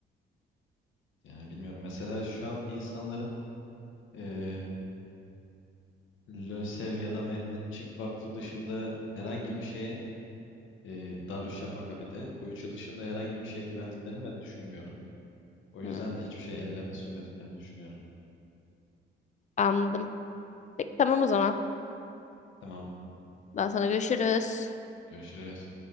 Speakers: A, on the left (about 75°); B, on the left (about 35°).
A: Yani bilmiyorum mesela şu an insanların ee, LÖSEV ya da Mehmetçik Vakfı dışında herhangi bir şeye ee, Darüşşafaka bir de bu üçü dışında herhangi bir şeye güvendiklerini ben düşünmüyorum. O yüzden
B: Hmm,
A: de hiçbir şeye ellerini sürmediklerini düşünüyorum.
B: anladım. Peki tamam o zaman.
A: Tamam
B: Daha sonra görüşürüz.
A: görüşürüz.